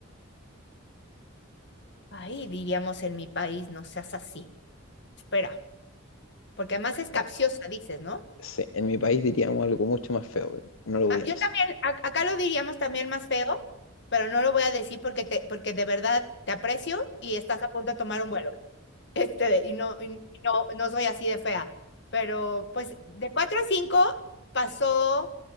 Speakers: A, on the left; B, on the left.
A: Ay, diríamos en mi país, no seas así. Espera, porque además es capciosa,
B: No,
A: dices, ¿no?
B: sí, en mi país diríamos algo mucho más feo, pero no lo voy
A: Ah,
B: a
A: yo
B: decir.
A: también, a- acá lo diríamos también más feo, pero no lo voy a decir porque te, porque de verdad te aprecio y estás a punto de tomar un vuelo. <laughs> Este, y no, y no, no soy así de fea. Pero pues de 4 a 5 pasó